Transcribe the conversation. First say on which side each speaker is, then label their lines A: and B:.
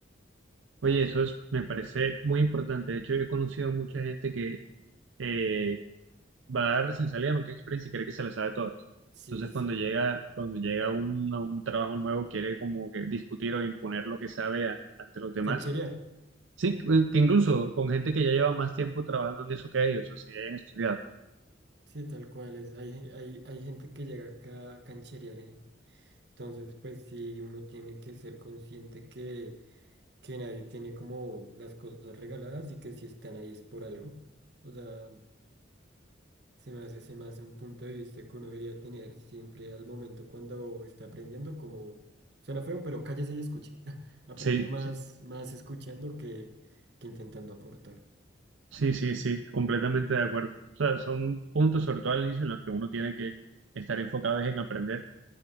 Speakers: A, on the right; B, on the right.
A: Oye, eso es, me parece muy importante. De hecho, yo he conocido mucha gente que eh, va a dar recién salida, no tiene experiencia y cree que se la sabe todas.
B: Sí,
A: Entonces, cuando
B: sí.
A: llega, cuando llega un, a un trabajo nuevo, quiere como que discutir o imponer lo que sabe a- ante los demás
B: Cancherear,
A: Sí, que que incluso con gente que ya lleva más tiempo trabajando en eso que ellos, o sea, hayan estudiado.
B: sí, tal cual es. Hay, hay, hay gente que llega acá a cancherear y entonces pues sí, uno tiene que ser consciente que, que nadie tiene como las cosas regaladas y que si están ahí es por algo. O sea... Se me hace, se me hace un punto de vista que uno debería tener siempre al momento cuando está aprendiendo, como suena feo, pero cállese y escuche. <laughs> Aprende
A: Sí,
B: más,
A: sí,
B: más escuchando que, que intentando aportar.
A: sí, sí, sí, completamente de acuerdo. O sea, son puntos, sobre todo al inicio, en los que uno tiene que estar enfocado es en aprender,